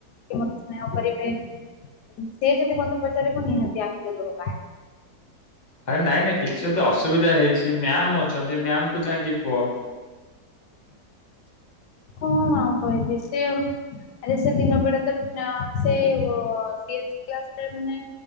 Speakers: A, on the left (about 80°); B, on the left (about 40°).
A: ମତେ ସ୍ନେହ କରିବେ। ସେ ଯଦି ମତେ ପଚାରିବ ନିହାତି ଆଖିରୁ ଲୁହ ବାହାରିବ।
B: ଆରେ ନାଇଁ ନାଇଁ କିଛି ଯଦି ଅସୁବିଧା ହେଇଛି ମ୍ୟାମ୍ ଅଛନ୍ତି ମ୍ୟାମ୍ ଯାଇଁକି କୁହ।
A: କଣ ଆଉ କହିବି। ସିଏ ଆରେ ସେ ଦିନ ବେଳେ ତ ନା ସିଏ ଓ କ୍ଲାସ୍ ରେ ମାନେ